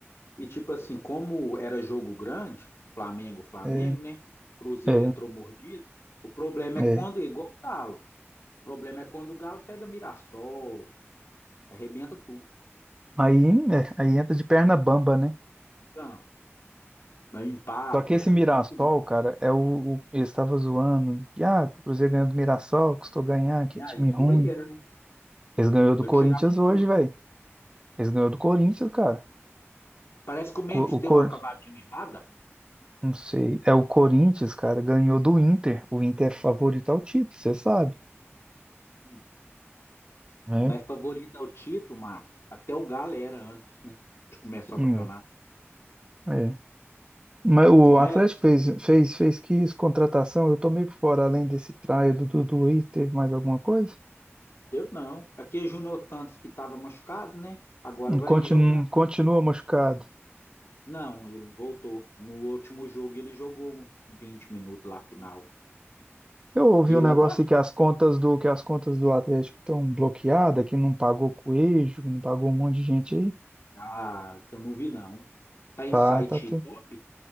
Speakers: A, on the left; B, on the right.
A: e tipo assim, como era jogo grande, Flamengo, Flamengo,
B: É,
A: né? Cruzeiro
B: é,
A: entrou mordido. O problema
B: é.
A: é quando, é igual o Galo. O problema é quando o Galo pega Mirassol, arrebenta tudo.
B: Aí, é, aí entra de perna bamba, né?
A: Empata, aí empata,
B: Só que esse Mirassol,
A: aí contra
B: cara, é o, o eles estavam zoando. que, ah, que o Cruzeiro ganhou do Mirassol, custou ganhar, que
A: Não,
B: é time
A: é
B: ruim.
A: zoeira, né?
B: Eles ganhou do
A: Vai
B: Corinthians
A: tirar muito
B: hoje,
A: ponto.
B: velho. Eles ganhou do Corinthians, cara.
A: Parece que o Memphis
B: Co- O,
A: deu
B: Cor,
A: uma cavadinha errada,
B: não sei, é o Corinthians, cara, ganhou do Inter. O Inter é favorito ao título, você sabe,
A: hum,
B: né?
A: mas favorita ao título, Márcio. Até o Galo era antes, né? De começar
B: Hum,
A: o campeonato.
B: é. Mas o
A: Não
B: Atlético
A: é
B: fez, fez, fez que isso, contratação, eu tomei por fora, além desse traia do Dudu aí, teve mais alguma coisa?
A: Deu não. Aqui é Júnior Santos que estava machucado, né? Agora
B: Hum,
A: vai
B: Continua,
A: jogar.
B: continua machucado.
A: Não, ele voltou. No último jogo ele jogou uns 20 minutos lá final.
B: Eu ouvi
A: E
B: um
A: ele
B: negócio
A: é bom.
B: aí que as contas do que as contas do Atlético estão bloqueadas, que não pagou Coelho, que não pagou um monte de gente aí.
A: Ah, eu não vi não. Tá em
B: Tá,
A: site
B: tá, tudo.
A: top?